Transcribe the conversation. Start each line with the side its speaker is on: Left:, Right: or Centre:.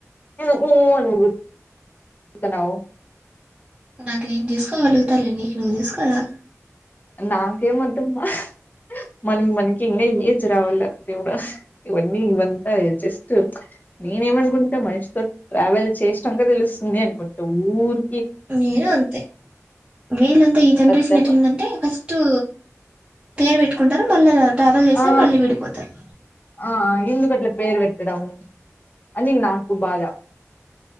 Left: ఉ ఊ అనింది టానవ్
Right: నాకు నేను చేసుకోగలుగుతా లే నీకు నువ్వు చేసుకోవా
Left: నాకేం ఓద్దమ్మా మనం మనకి ఇంకా ఏజ్ రావాల దేవుడ ఇవన్నీ ఇవంతా జస్ట్ నేనేమనుకుంటా మనిషితో ట్రావెల్ చేసినంక తెలుస్తుంది అనుకుంటా ఊర్
Right: నేను అంతే వీళ్ళంతా ఈ జనరేషన్
Left: పెద్ద
Right: ఎట్లుందంటే ఫస్ట్ టు పేరు పెట్టుకుంటారు మళ్ళా ట్రావెల్ చేస్తారు
Left: ఆ
Right: మళ్ళీ విడిపోతారు
Left: ఆ ఎందుకు అట్లా పేరు పెట్టడం అని నాకు బాధ